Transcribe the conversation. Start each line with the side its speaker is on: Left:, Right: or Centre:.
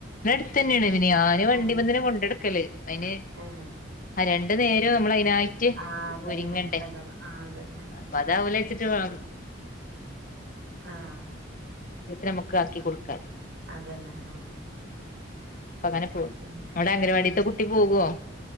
Left: അടുത്തന്നാണ് <unintelligible> ഇനി ആരു വണ്ടി
Right: ഏഹ്
Left: എന്റടുക്കല് അയിന്
Right: ഏഹ്
Left: രണ്ട് നേരെ അമ്മളയിന് നായിട്ട്
Right: ആഹ് അതന്നെ
Left: ഒരുങ്ങണ്ടേ
Right: മെനക്കെടണം ആഹ് അതന്നെ
Left: അപ്പോ അതാവൂലാന്ന് വെച്ചിട്ട് <unintelligible> <unintelligible> രം
Right: ആഹ്
Left: മ്മക്ക് ആക്കി കൊടുക്ക
Right: അതന്നെ ഉം
Left: പങ്ങനെ പോവും
Right: പിന്നെ
Left: ടെ അങ്കണവാടിത്തെ
Right: ഉം
Left: കുട്ടി പോവും പോം